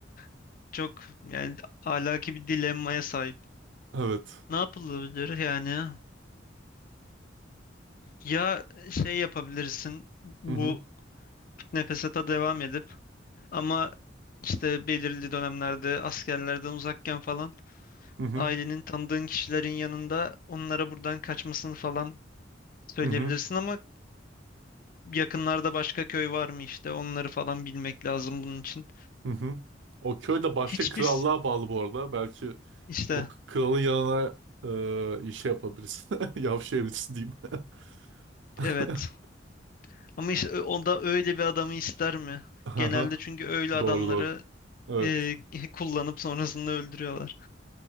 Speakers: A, on the left; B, on the right.
A: <laughs> Çok yani alaki bir dilemmaya sahip.
B: Evet.
A: Ne yapılabilir yani? Ya şey yapabilirsin bu
B: Hı hı.
A: nefesata devam edip Ama işte belirli dönemlerde askerlerden uzakken falan
B: Hı hı.
A: ailenin tanıdığın kişilerin yanında onlara buradan kaçmasını falan söyleyebilirsin
B: Hı hı.
A: ama yakınlarda başka köy var mı işte onları falan bilmek lazım bunun için.
B: Hı hı. O köy de başka
A: Hiçbir
B: krallığa
A: s-
B: bağlı bu arada. Belki
A: işte
B: o k- kralın yanına e, şey yapabilirsin. <laughs> Yavşayabilirsin diyeyim. <laughs> <laughs>
A: evet ama işte ö- o da öyle bir adamı ister mi?
B: Aha.
A: Genelde çünkü öyle adamları
B: Doğru doğru. Evet.
A: e, <laughs> kullanıp sonrasında öldürüyorlar.